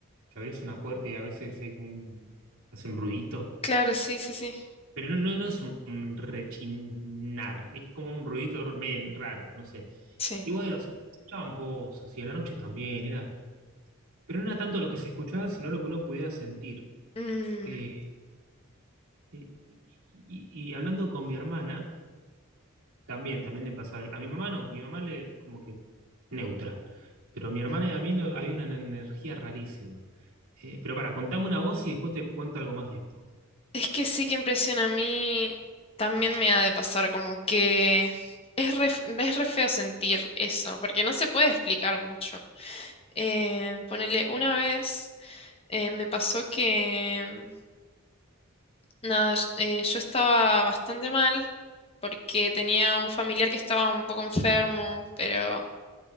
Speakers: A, on the right (about 80°); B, on the left (about 25°).
A: que abrís una puerta y a veces hay como un, hace un ruidito?
B: claro, sí, sí, sí,
A: Pero no, no, no es un rechinar, es como un ruidito men, raro, no sé.
B: sí.
A: Y bueno, se escuchaban cosas, y a la noche también, era, pero no era tanto lo que se escuchaba, sino lo que uno pudiera sentir.
B: Mm.
A: Eh, eh, y, y- y hablando con mi hermana, también, también le pasaba. A mi mamá no, mi mamá le como que neutra. Pero mi hermana y a mí no, había una energía rarísima. Eh, pero para, contame una voz y después te cuento algo más de esto.
B: Es que sí que impresiona a mí, también me ha de pasar como que es re, es re feo sentir eso, porque no se puede explicar mucho. Eh, ponele, una vez eh, me pasó que, nada, sh- eh, yo estaba bastante mal porque tenía un familiar que estaba un poco enfermo, pero